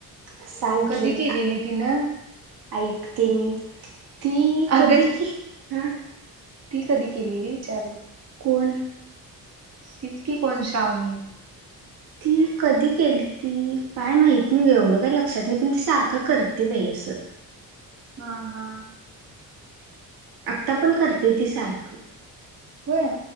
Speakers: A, on the right; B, on the right.
A: सांग
B: कधी
A: की
B: केलेली तिनं
A: ऐकते मी ती कधी
B: अगं
A: की हा
B: ती कधी केलेली विचारलं
A: कोल
B: तिचकी कोण श्रावणी
A: ठीक कधी केल त काय माहित नाही एवढं काही लक्षात नाही पण ती सारखं करते बाई असं
B: हा हा
A: आता पण करते ती सारखं
B: होय